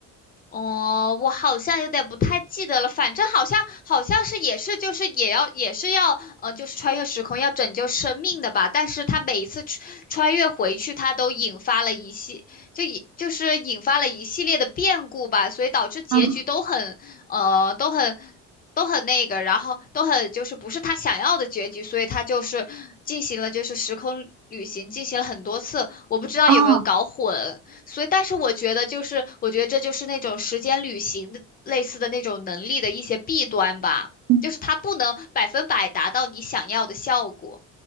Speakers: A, on the left (about 30°); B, on the right (about 80°).
A: 哦，我好像有点不太记得了，反正好像好像是也是就是也要也是要呃，就是穿越时空要拯救生命的吧。但是他每一次穿穿越回去，他都引发了一系就引就是引发了一系列的变故吧，所以导致结局都很呃都很
B: 嗯，
A: 都很那个，然后都很就是不是他想要的结局，所以他就是进行了就是时空旅行，进行了很多次，我不知道有没有搞混。
B: 哦，
A: 所以，但是我觉得，就是我觉得这就是那种时间旅行的类似的那种能力的一些弊端吧，
B: 嗯
A: 就是它不能百分百达到你想要的效果。